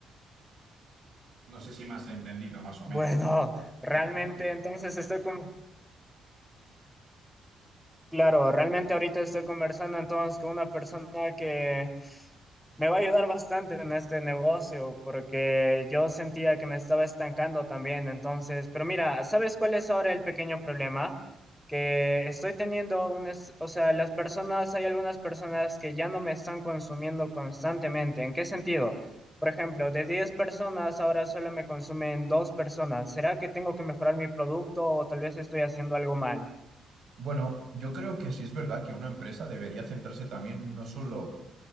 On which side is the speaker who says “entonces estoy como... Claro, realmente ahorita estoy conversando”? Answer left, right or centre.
Centre